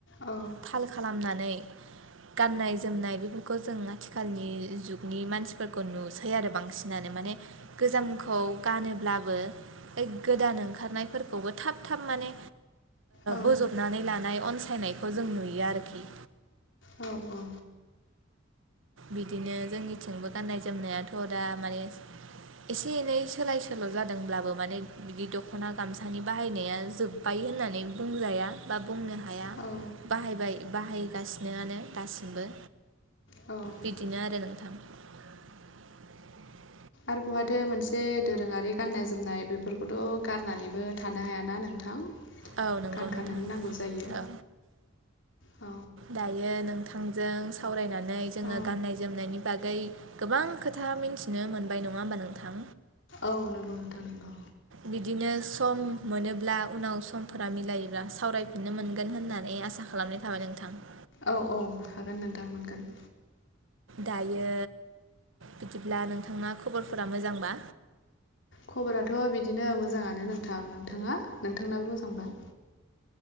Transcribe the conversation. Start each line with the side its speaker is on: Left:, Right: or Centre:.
Left: औ
Right: थाल खालामनानै गाननाय जोमनाय बेफोरखौ जों आथिखालनि जुगनि मानसि फोरखौ नुसै आरो बांसिनानो माने गोजामखौ गानोब्लाबो गोदान ओंखारनायफोरखौबो थाब थाब माने
Left: औ
Right: बोजबनानै लानाय अनसायनायखौ जों नुयो आरोखि
Left: औ औ
Right: बिदिनो जोंनिथिंबो गाननाय जोमनायाथ' दा माने एसे एनै सोलाय सोल' जादोंब्लाबो माने बिदि दख'ना गामसानि बाहायनाया जोब बाय होननानै बुंजाया बा बुंनो हाया।
Left: औ
Right: बाहायबाय बाहायगासिनोआनो दासिमबो
Left: औ औ
Right: बिदिनो आरो नोंथां <inaudible>
Left: आरो बहाथो मोनसे दोरोङारि गाननाय जोमनाय बेफोरखौथ' गारनानैबो थानो हायाना नोंथां
Right: औ नंगौ
Left: गानखानोनो
Right: नोंथां
Left: नांगौ जायो
Right: औ
Left: औ
Right: दायो नोंथांजों सावरायनानै जोङो
Left: औ
Right: गाननाय जोमनायनि बागै गोबां खोथा मिथिनो मोनबाय नङा होमबा नोंथां
Left: औ नंगौ नोंथां नंगौ
Right: बिदिनो सम मोनोब्ला उनाव समफोरा मिलायोब्ला सावरायफिननो मोनगोन होननानै आसा खालामनाय जाबाय नोंथां।
Left: औ औ हागोन नोंथां मोनगोन।
Right: दायो बिदिब्ला नोंथांना खबरफोरा मोजांबा
Left: खबराथ' बिदिनो मोजाङानो नोंथां नोंथाङा नोंथांनाबो मोजांबा।